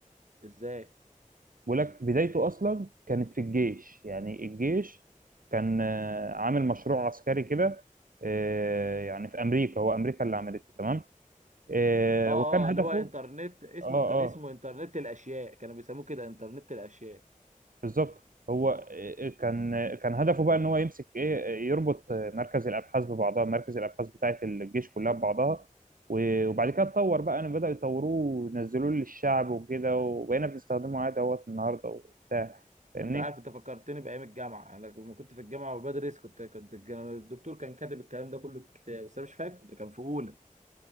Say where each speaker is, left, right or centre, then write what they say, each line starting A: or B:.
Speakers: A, on the right (about 60°); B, on the right (about 85°).
A: ازاي
B: بقول لك بدايته اصلا كانت في الجيش يعني الجيش كان آه، عامل مشروع عسكري كده آه، يعني في امريكا هو امريكا اللي عملته تمام آه،
A: اه
B: وكان هدفه
A: اه اللي هو انترنت اسمه
B: اه
A: كان اسمه
B: اه
A: انترنت الاشياء كانوا بيسموه كده انترنت الاشياء
B: بالظبط هو آه، آه، كان كان هدفه بقى ان هو يمسك ايه يربط آه، مركز الابحاث ببعضها مركز الابحاث بتاعه الجيش كلها ببعضها و- وبعد كده اتطور بقى ان بداوا يطوروه ونزلوه للشعب وكده وبقينا بنستخدمه عادي اهوت النهارده وبتاع فاهمني
A: انت عارف انت فكرتني بايام الجامعه انا لما كنت في الجامعه وبدرس كنت كنت كان الدكتور كان كاتب الكلام ده كله في كتاب بس انا مش فاكر ده كان في اولى